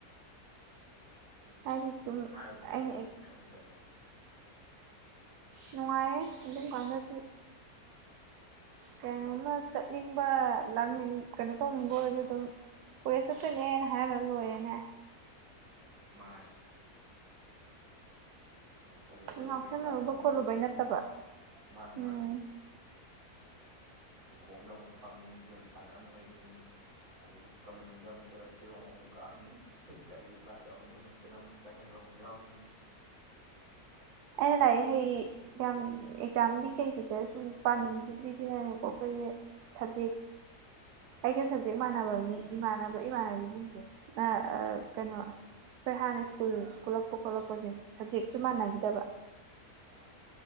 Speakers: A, on the right; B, on the right.
A: ꯁꯤꯅ ꯐꯩ
B: ꯍꯥꯏꯗꯤ ꯑꯗꯨꯝ
A: ꯑꯁ ꯅꯨꯡꯉꯥꯏꯕꯅꯤꯗ
B: ꯑꯩꯅ
A: ꯀꯣꯂꯦꯖ ꯊꯥꯏꯉꯩ ꯃꯇꯝꯗꯣ
B: ꯅꯨꯡꯉꯥꯏ ꯑꯗꯨꯝꯀꯥꯟꯗꯗꯤ ꯀꯩꯅꯣꯝꯃ ꯆꯠꯅꯤꯡꯕ ꯂꯥꯡꯅꯤꯡ ꯀꯩꯅꯣ ꯇꯧꯅꯤꯡꯕ ꯑꯣꯏꯔꯒ ꯑꯗꯨꯝ ꯀꯣꯂꯦꯁ ꯆꯠꯇꯣꯢꯅꯦ ꯍꯥꯢꯔꯝꯃꯒ ꯂꯣꯢꯔꯦꯅꯦ
A: ꯃꯥꯅꯦ ꯀꯥꯢꯗꯩ ꯀꯣꯂꯦꯖꯅꯣ
B: ꯉꯥꯎꯁꯟꯅꯔꯨꯕ
A: ꯀ꯭ꯂꯥꯁ ꯆꯪꯅꯤꯡꯉ
B: ꯈꯣꯠꯂꯨꯕꯩ
A: ꯆꯪ
B: ꯅꯠꯇꯕ
A: ꯃꯥꯅꯤ
B: ꯎꯝ
A: ꯃꯥꯅꯤ
B: <inaudible>
A: ꯎꯈꯣꯡꯗ ꯑꯃꯨꯛ ꯐꯝꯅꯤ ꯒꯦꯝ ꯁꯥꯟꯅꯔ ꯑꯃꯨꯛ ꯂꯩꯅꯤ ꯑꯗꯒꯤ ꯀꯃꯟꯅꯨꯔꯨꯝꯗ ꯑꯃꯨꯛ ꯆꯠꯂ ꯀꯦꯔꯣꯝ ꯑꯃꯨꯛ ꯀꯥꯞꯅꯤ ꯀꯔꯤꯒꯤ ꯀ꯭ꯂꯥꯁ ꯌꯥꯎꯅꯤꯡꯕ ꯅꯨꯃꯤꯠꯇꯅ ꯑꯃꯨꯛ ꯆꯪꯉꯒ ꯑꯣ ꯌꯥꯎꯅꯤ
B: <inaudible> ꯑꯩꯅ ꯂꯥꯏꯔꯤꯛ ꯍꯩ ꯌꯥꯝ ꯑꯦꯛꯖꯥꯝꯒꯤ ꯀꯩꯒꯤꯗ ꯁꯨꯝ ꯄꯥꯅꯤꯡꯈꯤꯗ꯭ꯔꯤꯁꯤꯅꯅꯦꯀꯣ ꯑꯩꯈꯣꯏ ꯁꯕꯖꯦꯛ ꯑꯩꯒ ꯁꯕꯖꯦꯛ ꯃꯥꯟꯅꯕ
A: ꯑꯥ
B: ꯃꯤ ꯏꯃꯥꯟꯅꯕ ꯏꯃꯥꯟꯅꯕꯤꯁꯤꯡꯁꯦ ꯑꯥ- ꯑꯥ- ꯀꯩꯅꯣ ꯑꯩꯈꯣꯏ ꯍꯥꯟꯅ ꯁ꯭ꯀꯨꯜ ꯄꯨꯜꯂꯛꯄ ꯈꯣꯠꯂꯛꯄꯁꯦ ꯁꯕꯖꯦꯛꯁꯨ ꯃꯥꯟꯅꯈꯤꯗꯕ
A: ꯑꯥ ꯑꯥ